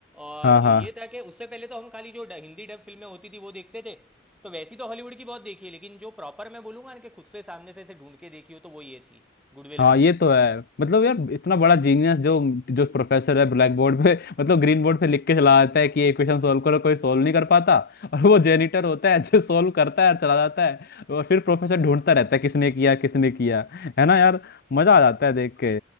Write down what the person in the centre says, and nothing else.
और
ये था कि उससे पहले तो हम खाली जो ड- हिंदी डब फिल्में होती थी वो देखते थे तो वैसी तो हॉलीवुड की बहुत देखी है लेकिन जो प्रॉपर मैं बोलूंगा ना कि खुद से सामने से ऐसे ढूंढ के देखी हो तो वो ये थी गुडविल
हंटिंग
हाँ
भाई